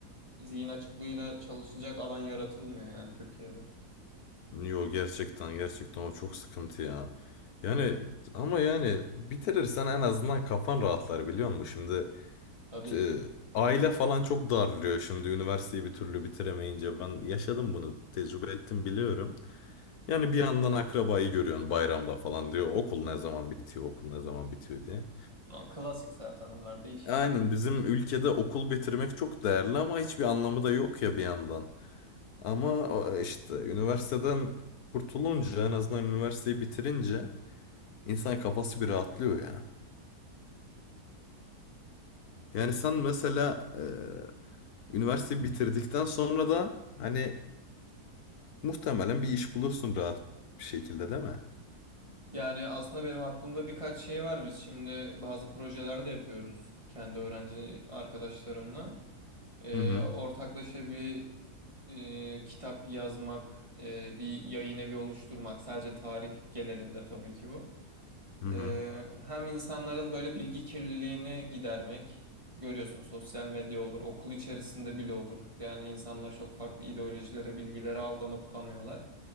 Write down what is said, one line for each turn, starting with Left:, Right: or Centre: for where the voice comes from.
Right: zihin açıklığıyla çalışacak alan yaratılmıyor yani Türkiye'de.
Left: Yo gerçekten gerçekten o çok sıkıntı ya. Yani ama yani bitirirsen en azından kafan rahatlar biliyor musun? Şimdi
Right: Tabii
Left: e,
Right: ki.
Left: aile falan çok darlıyor şimdi üniversiteyi bir türlü bitiremeyince. Ben yaşadım bunu tecrübe ettim biliyorum. Yani bir yandan akrabayı görüyorsun bayramda falan diyor. Okul ne zaman bitiyor okul ne zaman bitiyor diye.
Right: Ya klasik zaten onlar değişmiyor.
Left: Aynen bizim ülkede okul bitirmek çok değerli ama hiçbir anlamı da yok ya bir yandan. Ama e, işte üniversiteden kurtulunca en azından üniversiteyi bitirince İnsan kafası bir rahatlıyor ya. Yani sen mesela e, üniversiteyi bitirdikten sonra da hani muhtemelen bir iş bulursun rahat bir şekilde değil mi?
Right: Yani aslında benim aklımda birkaç şey var. Biz şimdi bazı projeler de yapıyoruz kendi öğrenci arkadaşlarımla. Ee,
Left: Hı hı
Right: ortaklaşa bir e, kitap yazmak, e, bir yayın evi oluşturmak. Sadece tarih genelinde tabii ki bu.
Left: hı hı.
Right: Ee, hem insanların böyle bilgi kirliliğini gidermek. Görüyorsun sosyal medya olur, okul içerisinde bile olur. Yani insanlar çok farklı ideolojilere, bilgilere aldanıp kanıyorlar.